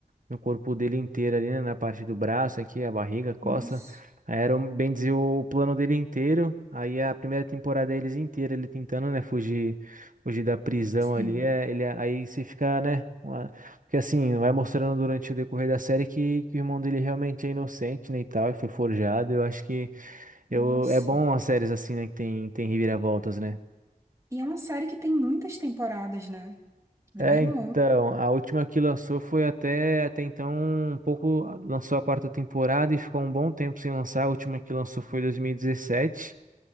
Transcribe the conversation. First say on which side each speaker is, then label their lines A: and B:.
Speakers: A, on the right; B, on the right.
A: no corpo dele inteiro ali, né, na parte do braço aqui, a barriga, a costa.
B: Nossa,
A: Aí Era, um- bem dizer, o o plano dele inteiro. Aí a primeira temporada é eles inteira, ele tentando, né, fugir, fugir da prisão
B: sim.
A: ali, é, ele, aí você fica, né, uma- porque assim, vai mostrando durante o decorrer da série que, que o irmão dele realmente é inocente, né, e tal, e foi forjado. Eu acho que eu,
B: Nossa.
A: é bom as séries assim, né, que tem, tem reviravoltas, né?
B: E é uma série que tem muitas temporadas, né? Ela
A: É,
B: é bem
A: então,
B: longa.
A: a última que lançou foi até, até então um pouco, lançou a quarta temporada e ficou um bom tempo sem lançar. A última que lançou foi 2017.